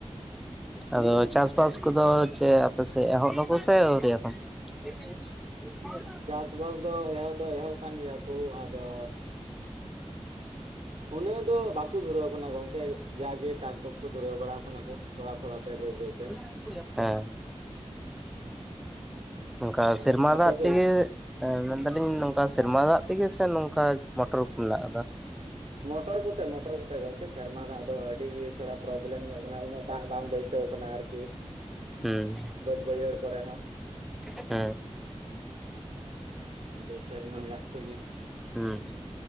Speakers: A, in the centre; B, on the right.
A: ᱟᱫᱚ ᱪᱟᱥᱵᱟᱥ ᱠᱚᱫᱚ ᱪᱮ ᱟᱯᱮ ᱥᱮᱫ ᱮᱦᱚᱵ ᱫᱟᱠᱚ ᱥᱮ ᱟᱹᱣᱨᱤ ᱮᱠᱷᱮᱱ? <unintelligible>
B: ᱪᱟᱥᱵᱟᱥ ᱫᱚ ᱮᱦᱚᱵ ᱫᱚ ᱮᱦᱚᱵ ᱠᱟᱱ ᱜᱮᱭᱟ ᱠᱚ ᱟᱫᱚ ᱩᱱᱟᱹᱜ ᱫᱚ ᱵᱟᱠᱚ ᱫᱷᱩᱨᱟᱹᱣ ᱟᱠᱟᱱᱟ ᱜᱚᱝᱠᱮ ᱡᱟᱜᱮ ᱴᱟᱠ ᱴᱠ ᱠᱚ ᱫᱷᱩᱨᱟᱹᱣ ᱵᱟᱲᱟ ᱟᱠᱟᱱᱟ ᱠᱚ ᱾ ᱛᱷᱚᱲᱟ ᱛᱷᱚᱲᱟ ᱛᱮ ᱵᱟᱹᱭ ᱵᱟᱹᱭᱛᱮ
A: ᱦᱮᱸ
B: ᱾
A: ᱾ ᱚᱱᱠᱟ
B: ᱦᱩᱸ
A: ᱥᱮᱨᱢᱟ
B: ᱟᱯᱮ
A: ᱫᱟᱜ
B: ᱥᱮᱫ
A: ᱛᱮᱜᱮᱼᱼ ᱢᱮᱱᱫᱟᱞᱤᱧ ᱱᱚᱝᱠᱟ ᱥᱮᱨᱢᱟ ᱫᱟᱜ ᱛᱮᱜᱮ ᱥᱮ ᱱᱚᱝᱠᱟ ᱢᱚᱴᱚᱨ ᱠᱚ ᱢᱮᱱᱟᱜ ᱟᱠᱟᱫᱟ?
B: ᱢᱚᱴᱚᱨ ᱠᱚᱛᱮ ᱢᱚᱴᱚᱨ ᱠᱚᱛᱮ᱾ ᱜᱚᱝᱠᱮ ᱥᱮᱨᱢᱟ ᱫᱟᱜ ᱫᱚ ᱟᱹᱰᱤ ᱜᱮ ᱛᱷᱚᱲᱟ ᱯᱨᱚᱵᱞᱮᱢ ᱧᱚᱜ ᱟᱠᱟᱱᱟ ᱩᱱᱟᱹᱜ ᱫᱟᱜ ᱵᱟᱝ ᱵᱟᱹᱭᱥᱟᱹᱣ ᱠᱟᱱᱟ ᱟᱨᱠᱤ᱾
A: ᱦᱩᱸᱻ
B: ᱵᱟᱹᱫ ᱵᱟᱹᱭᱟᱹᱲ ᱠᱚᱨᱮ ᱦᱚᱸ᱾
A: ᱦᱩᱸ
B: ᱫᱮ ᱥᱮᱨᱢᱟ ᱫᱟᱜ ᱛᱤᱜᱤᱼᱼ
A: ᱦᱩᱸ ᱦᱩᱸ,